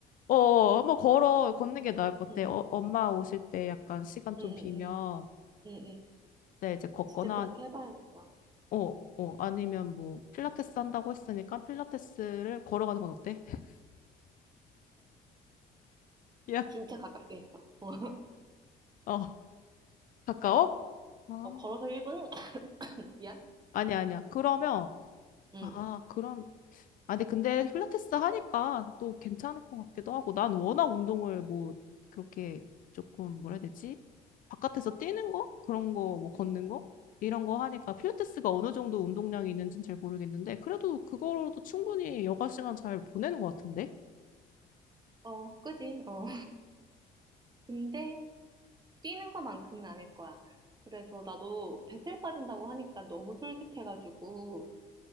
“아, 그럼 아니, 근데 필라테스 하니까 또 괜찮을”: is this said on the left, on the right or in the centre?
Left